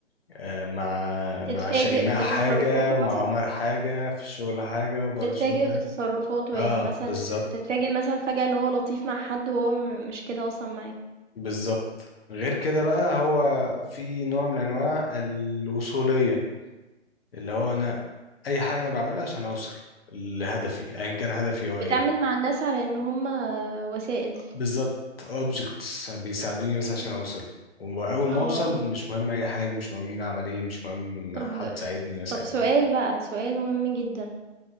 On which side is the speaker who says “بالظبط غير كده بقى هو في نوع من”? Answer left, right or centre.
Left